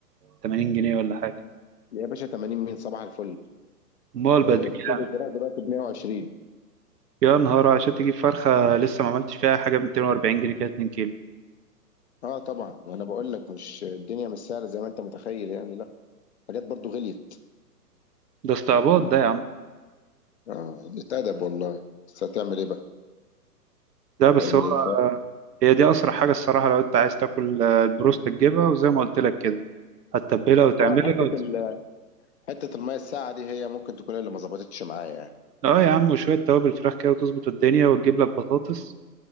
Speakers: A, on the right (about 75°); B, on the left (about 45°).
A: 80 جنيه ولا حاجه
B: يا باشا 80 مين صباح الفل
A: امال
B: آه،
A: بقت بكام
B: كيلو الفراخ دلوقتي ب 120
A: يا نهار عشان تجيب فرخة لسه ما عملتش فيها حاجة ب 240 جنيه كده 2 كيلو
B: اه طبعا انا بقول لك مش الدنيا مش سهلة زي ما انت متخيل يعني لا حاجات برضو غليت
A: ده استعباط ده يا عم
B: اه اتأدب والله بس هتعمل ايه بقى
A: ده بس
B: فاهمني
A: هو هي دي أسرع حاجة الصراحة لو أنت عايز تاكل آه، البروست تجيبها وزي ما قلت لك كده هتتبلها وتعملها
B: فهو حتة
A: وت...
B: ال حتة المية الساقعة دي هي ممكن تكون اللي ما ظبطتش معايا يعني
A: اه يا عم وشوية توابل فراخ كده وتظبط الدنيا وتجيب لك بطاطس